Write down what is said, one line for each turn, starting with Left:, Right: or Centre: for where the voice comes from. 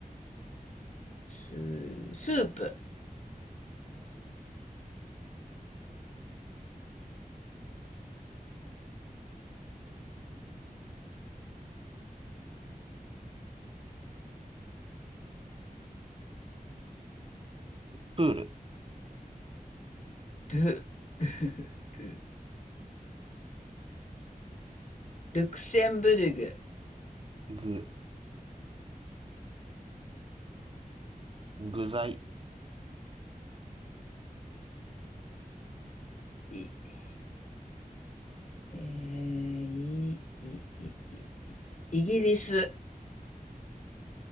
Left: す、スープ。
Right: プール、
Left: ル、ル、ル。ルクセンブルグ、
Right: ぐ、具材、
Left: い、えー、い、い、い、イギリス、